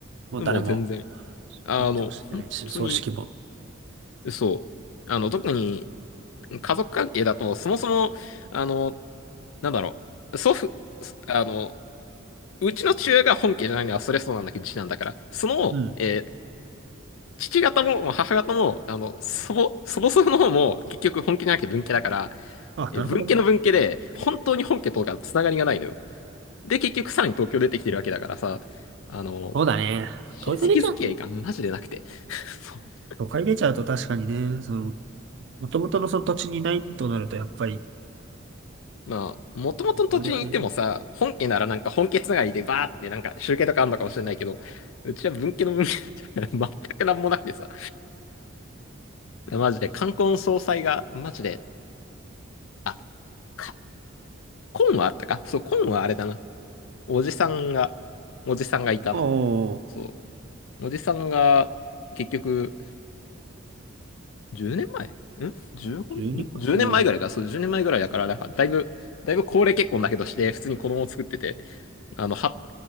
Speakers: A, on the right (about 60°); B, on the left (about 75°).
A: もう誰も、
B: でもう全然。あの、
A: 身内も住んでないし、
B: 本当に、
A: 葬式も。
B: そう。あの、特に、家族関係だと、そもそも、あの、なんだろう、祖父、すあの、うちの父親が本家じゃないのは、それそうなんだけど、次男だから、その、
A: うん。
B: えー父方も母方も、あの、祖母、祖母祖父の方も、結局本家じゃなくて文家だから、
A: あ、
B: えー文家の文家で、
A: なるほどね。
B: 本当に本家とかつながりがないのよ。で、結局さらに東京出てきてるわけだからさ、あの、
A: そうだね。
B: 親戚付き合いがマジでなくて。
A: 東京出ちゃうとね。
B: <laughs>
A: 都会出ちゃうと確かにね、その、もともとのその土地にいないとなると、やっぱり、
B: まあ、もともとの土地にいてもさ、
A: あれはね、
B: 本家ならなんか本家つながりでバーってなんか集計とかあんのかもしれないけど、うちは文家の文家じゃない <laughs> 全くなんもなくてさ、マジで冠婚葬祭が、マジで、あ、か、婚はあったかそう、婚はあれだな。おじさんが、おじさんがいたな。
A: おー、
B: そう。おじさんが、結局、10年前ん ?15?
A: 12分、
B: ん ?10 年前ぐらいか。
A: おー、
B: そう、10年前ぐらいだから、なんか、だいぶ、だいぶ高齢結婚だけどして、普通に子供を作ってて、あの、は、だ